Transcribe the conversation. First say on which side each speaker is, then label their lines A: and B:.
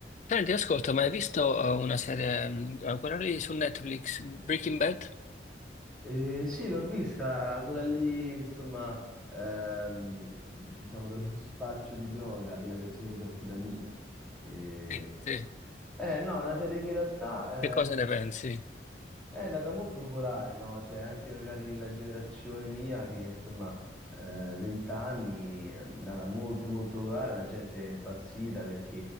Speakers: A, on the left; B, in the centre.
A: Senti, ascolta, ma hai visto eh, una serie, mm, eh, quella lì su Netflix, Breaking Bad?
B: Eh, sì, l'ho vista, quella lì, insomma, ehm, diciamo dello <laughs> spaccio di droga, della creazione di metanfetamina. Eh,
A: Sì, sì.
B: eh, no, è una serie che in realtà
A: Che cosa
B: eh,
A: ne pensi?
B: è andata molto popolare, no? Cioè, anche magari la generazione mia, che insomma, eh, 20 anni, è andata molto molto popolare, la gente è impazzita perché